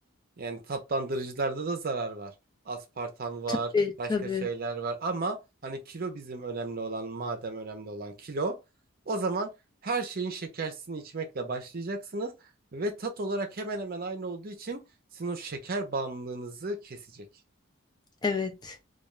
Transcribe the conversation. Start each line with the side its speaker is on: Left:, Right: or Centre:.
Right: Yani tatlandırıcılarda da zarar var. Aspartan var,
Left: Tabii
Right: başka
Left: tabii.
Right: şeyler var ama hani kilo bizim önemli olan, madem önemli olan kilo, o zaman her şeyin şekersini içmekle başlayacaksınız ve tat olarak hemen hemen aynı olduğu için sizin o şeker bağımlılığınızı kesecek.
Left: Evet.